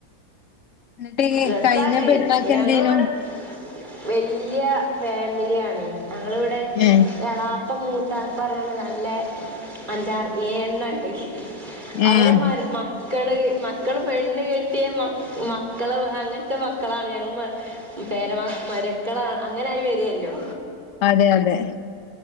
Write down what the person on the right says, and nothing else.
രസാണ്
ഞങ്ങളിവിടെ
വല്യ ഫാമിലിയാണ് ഞങ്ങളിവിടെ
എളാപ്പ മൂത്താപ്പ പറഞ്ഞാണ്ട് നല്ല അഞ്ചാറ് എഴ് എണ്ണം ഇണ്ട് അവരെ
മരു മക്കള് മക്കള് പെണ്ണ് കെട്ടിയ മക്ക മക്കള് അങ്ങനത്തെ മക്കളാറിയും പേര മരുക്കള അങ്ങനെ ആയി വരുവല്ലോ